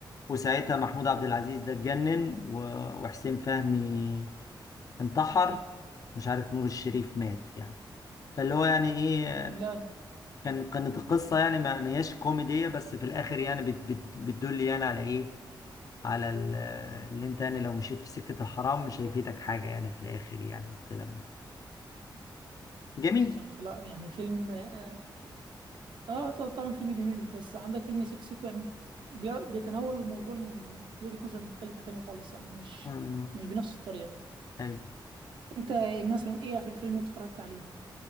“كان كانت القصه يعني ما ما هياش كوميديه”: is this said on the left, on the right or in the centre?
Left